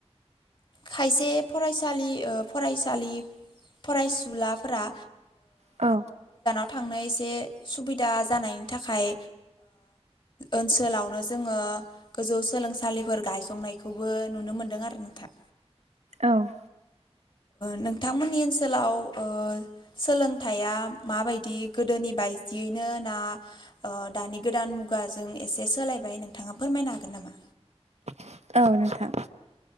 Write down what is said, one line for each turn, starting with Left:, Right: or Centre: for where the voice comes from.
Left: खायसे फरासालि ओ फरायसालि फरायस लाफोरा
Right: औ
Left: थांनो एसे सुबिदा जानायनि थाखाय ओनसोलावनो जोङो। गोजौ सोलोंसालिफोर गायसंनायखौबो नुनो मोनदों आरो नोंथां।
Right: औ।
Left: नोंथांमोननि ओनसोलाव सोलोंथाइया माबायदि गोदोनि बायदियैनो ना दानि गोदान मुगाजों एसे सोलायबाय नोंथाङा फोरमायनो हागोन नामा?
Right: औ नोंथां।